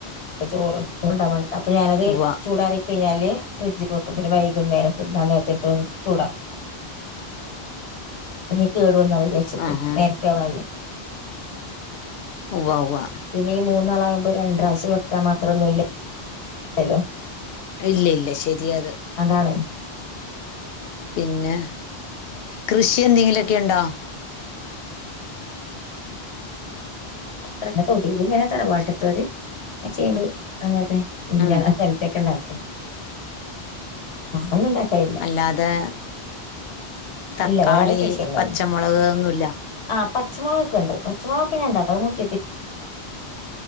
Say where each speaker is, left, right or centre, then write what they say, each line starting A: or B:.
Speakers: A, on the left; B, on the left.
A: ചോറ് കൊണ്ടവാഞ്ഞിട്ടാ അപ്പൊ ഞാനത്
B: ഉവ്വ
A: ചൂടാറി കഴിഞ്ഞാല് ഫ്രിഡ്ജ് വെക്കും പിന്നെ വൈകുന്നേരം തിന്നാൻ നേരത്ത് ഇട്ത്ത് ചൂടാകും ല്ലച്ചിട്ട്
B: ആഹാ
A: നേരത്തെ അവളല്ലേ
B: ഉവ്വ ഉവ്വ
A: പിന്നെ ഈ മൂ ന്നാളാകുമ്പോ രണ്ട്രാവിശ്യം വെക്കാമാത്രം ഒന്നുല്ലല്ലോ
B: ഇല്ല ഇല്ല ശരിയാത്
A: അതാണ്
B: പിന്നെ കൃഷി എന്തെങ്കിലൊക്കെ ഉണ്ടോ
A: <unintelligible> തറവാട്ടിത്തോര് ഇങ്ങനെ ചെയ്യണ്ട് <unintelligible>
B: ഉം
A: <unintelligible> ഏയ്‌
B: അല്ലാതെ തക്കാളി
A: ഇല്ല വേറെ കൃഷിയൊന്നുയില്ല
B: പച്ചമുളക് ഒന്നുല്ല
A: ആ പച്ചമുളൊക്കെ ഉണ്ട് ഓ അങ്ങനെയൊക്കെ ഉണ്ടാക്കാം <unintelligible> <unintelligible>